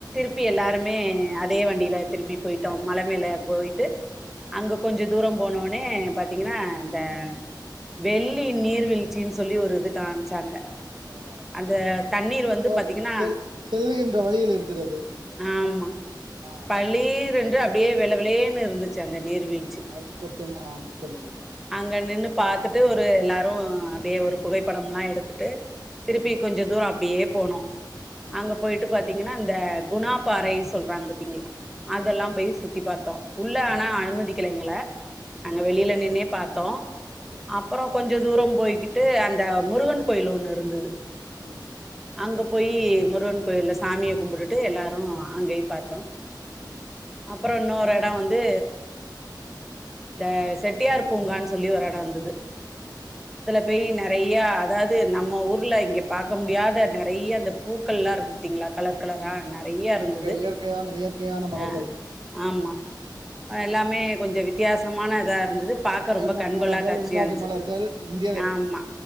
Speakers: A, in the centre; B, on the right (about 75°).
A: திருப்பி எல்லாருமே அதே வண்டியில திருப்பி போயிட்டோம் மலை மேல போயிட்டு
B: ம்
A: அங்க கொஞ்சம் தூரம் போனோனே பாத்தீங்கன்னா இந்த வெள்ளி நீர்வீழ்ச்சின்னு சொல்லி ஒரு இது கா வச்சாங்க
B: ஆம்
A: அந்த
B: ஆமாம்
A: தண்ணீர் வந்து
B: போற
A: பாத்தீங்கன்னா
B: செல் செல்லுகின்ற வழியில் இருக்கிறது
A: ஆமா
B: ஆஹ்
A: பளீரென்று அப்படியே விளவில்லையேன்னு இருந்துச்சு அந்த நீர் வீழ்ச்சி
B: ஆமா அருவி கொட்டும் ஆம் சொல்லுங்கள்
A: அங்க நின்னு பாத்துட்டு ஒரு எல்லாரும் அப்படியே ஒரு புகைப்படம் எல்லாம் எடுத்துட்டு திருப்பி
B: ம்
A: கொஞ்சம் தூரம் அப்படியே போனோ
B: ம்
A: அங்க போயிட்டு பாத் திக்ன இந்த குணா பாறை சொல்றாங்க கள
B: ம்
A: அதெல்லாம்
B: ம்
A: போய் சுத்தி பார்த்தோம் உள்ள ஆனா
B: சரி
A: அனுமதிக்கலைங்கள எங்கள நாங்க
B: சரி
A: வெளியில நின்னே பாத்த த்தோ
B: சரி
A: அப்புறம் கொஞ்சம் தூரம் போய்கிட்டு அந்த முருகன் கோயில் ஒண்ணு இருந்தது
B: உம்
A: அங்க போய் முருகன் கோயில சாமிய கும்பிட்டுட்டு எல்லாரும் அங்கயும் பாத்தோம்
B: உம்
A: அப்புறம் இன்னொரு இடம் வந்து இந்த செட்டியார் பூங்கான்னு சொல்லி ஒரு இடம் வந்தது
B: உம்
A: போய் நிறைய அதாவது நம்ம ஊர்ல இங்க பாக்க முடியாத நிறைய அந்த பூக்கள் எல்லா இருக்குது பாத்திகள கலர் கலரா
B: ம்
A: நிறைய
B: ம்
A: இருந்தது
B: இயற்கை இயற்கையான இயற்கையான மலர்கள்
A: ஆஹ ஆமா
B: ம்
A: எல்லாமே கொஞ்ச வித்தியாசமான இதா இருந்தது பாக்க
B: அயல்
A: ரொம்ப
B: நாட்டு
A: கண்கொள்ளா
B: மலர்கள்
A: காட்சியா
B: உள்நாட்டு
A: இருந்துச்சு
B: மலர்கள் இந்திய
A: ஆமா